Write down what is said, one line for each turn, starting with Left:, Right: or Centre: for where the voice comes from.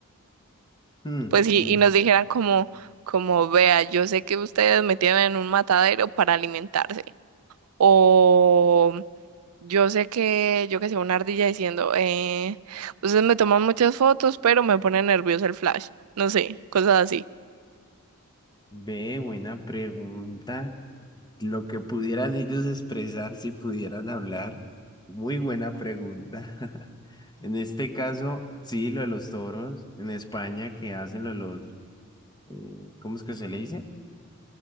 Left: Hmm,
Right: Pues y,
Left: mm,
Right: y nos dijeran como, como, vea, yo sé que ustedes me tienen en un matadero para alimentarse. O Yo sé que, yo que sé, una ardilla diciendo, eh, ustedes me toman muchas fotos, pero me pone nervioso el flash. No sé, cosas así,
Left: Ve, buena pregunta. Lo que pudieran ellos expresar si pudieran hablar. Muy buena pregunta. <laughs> En este caso, sí, lo de los toros en España que hacen lo de los, eh, ¿cómo es que se le dice?